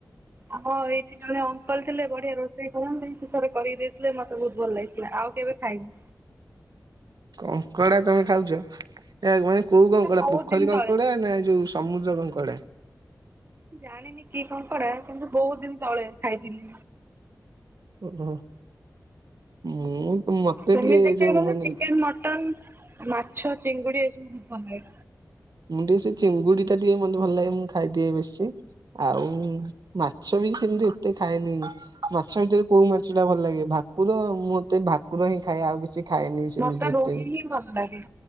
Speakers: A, on the right (about 35°); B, on the right (about 75°).
A: ହଁ ଏଇଠି ଜଣେ ଅଙ୍କଲ ଥିଲେ ବଢିଆ ରୋଷେଇ କରନ୍ତି ସେ ଥରେ କରିକି ଦେଇ ଥିଲେ ମତେ ବୋହୁତ ଭଲ ଲାଗିଥିଲା ଆଉ କେବେ ଖାଇନି।
B: କଙ୍କଡ଼ା ତମେ ଖାଉଚ ଏହା କଁମାଇ କୋଉ କଙ୍କଡା
A: ବହୁତ
B: ପୋଖରୀ
A: ଦିନ
B: କଙ୍କଡା
A: ତଳେ
B: ନା ଏଇ ଯୋଉ ସମୁଦ୍ର କଙ୍କଡା?
A: ଜାଣିନି କି କଙ୍କଡା କିନ୍ତୁ ବୋହୁତ ଦିନ ତଳେ ଖାଇଥିଲି।
B: ଓହୋ। ମୁଁ ମତେ
A: ସେମିତି
B: ଟିକେ
A: ଦେଖିବାକୁ
B: ଏ ଯୋଉ
A: ଗଲେ
B: ମାନେ
A: ଚିକେନ ମଟନ ମାଛ ଚନ୍ ଙ୍ଗୁଡି ଏସବୁ ମୁଁ କମ୍ ଖାଏ।
B: ମୁଁ ଟିକେ ସେ ଚିଙ୍ଗୁଡିଟା ଟିକେ ମତେ ଭଲଲାଗେ ମୁଁ ଖାଇଦିଏ ବେଶୀ। ଆଉ ମାଛ ବି ସେମିତି ଏତେ ଖାଏନି ମାଛ ଭିତରେ କୋଉ ମାଛଟା ଭଲଲାଗେ ଭା କୁର ମତେ ଭାକୁର ହିଁ ଖାଏ ଆଉ କିଛି ଖାଏନି ସେମିତି
A: ମତେ
B: ଏତେ।
A: ରୋହି ହିଁ ଭଲଲାଗେ